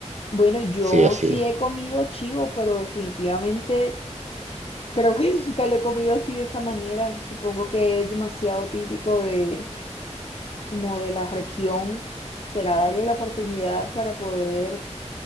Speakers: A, on the left; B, on the right.
A: Bueno, yo
B: Sí, así
A: sí
B: es.
A: he comido chivo, pero definitivamente creo que <laughs> nunca lo he comido así de esa manera. Supongo que es demasiado típico de como de la región. Será darle la oportunidad para poder